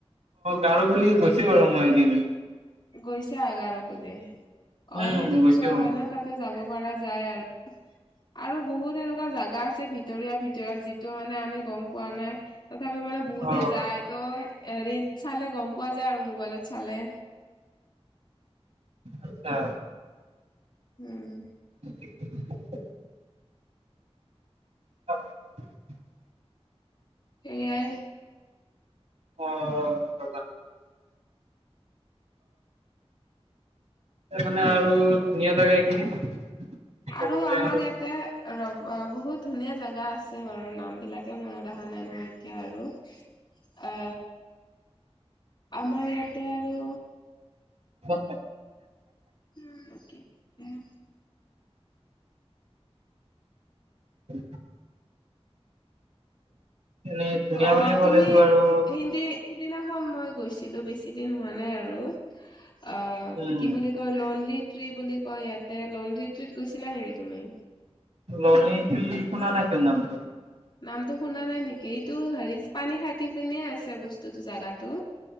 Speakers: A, on the right (about 90°); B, on the left (about 45°).
A: গৰোগুলি গৈছোঁ বাৰু মই এদিন।
B: গৈছা গৰোগুলি? অ'
A: উম
B: হেইটো ওচৰ
A: গৈছো
B: হয় ন' তাতে যাব পাৰা। যায় আৰু, আৰু বহুত চে এনেকুৱা জাগা আছে ভিতৰীয়া ভিতৰীয়া যিটো মানে আমি গম পোৱা নাই, তথাপিও মানে বহুতে
A: অ
B: যায়। হেটো এৰি চালে গম পোৱা যায় আৰু, মোবাইলত চালে।
A: আচ্ছা।
B: উম।
A: <inaudible> <unintelligible>
B: এয়াই।
A: অ' ৰবা। মানে আৰু ধুনীয়া জাগা এইখিনি? ক'ব
B: আৰু
A: গ'লে
B: আমাৰ ইয়াতে ৰ-ৰবা বহুত ধুনীয়া জেগা আছে বাৰু, নামবিলাকে মনত অহা নাই নহয় এতিয়া আৰু। আ, আমাৰ ইয়াতে আৰু
A: কিবা আছে।
B: উম, কি উম।
A: উ। এনেই ধুনীয়া
B: অ'
A: বুলি ক'লেতো
B: তুমি
A: আৰু
B: হিন্দী, সিদিনাখন মই গৈছিলোঁ বেছি দিন হোৱা মানে আৰু। আ,
A: উম
B: কি বুলি কয় ললিত্ৰী বুলি কয় ইয়াতে ললিত্ৰি গৈছিলা নেকি তুমি?
A: লনিকি শুনা নেকি নামটো?
B: নামটো শুনা নাই নেকি? এইটো হেৰি পানী খাইট পিনিয়ে আছে বস্তুটো জাগাটো।